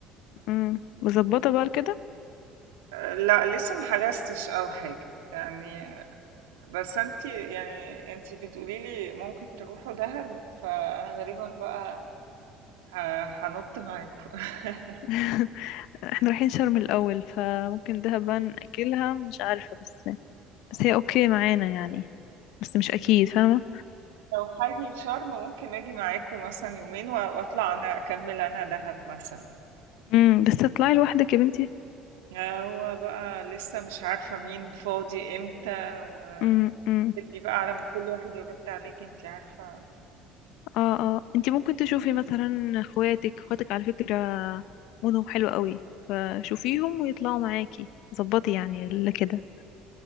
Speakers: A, on the left; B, on the right.
A: امم مظبطه بقى كده
B: آه، لا لسه ما حجزتش او حاجه يعني بس انت يعني انت بتقولي لي ممكن تروحوا دهب فانا غالبا بقى ه- هنط معاكم <laughs>
A: <laughs> احنا رايحين شرم الاول فممكن دهب بقى ناجلها مش عارفه بس بس هي اوكي معانا يعني بس مش اكيد فاهمه
B: لو حاجة شرم ممكن اجي معاكم مثلا يومين وا- واطلع انا اكمل انا دهب مثلا
A: امم بس تطلعي لوحدك يا بنتي
B: هو بقى لسه مش عارفة مين فاضي امتى و-
A: امم امم
B: ودي بقى على ما كل واحد يرد عليك انت عارفة
A: اه اه انتي ممكن تشوفي مثلا اخواتك اخواتك على فكره مودهم حلو قوي فشوفيهم ويطلعوا معاكي ظبطي يعني اللي كده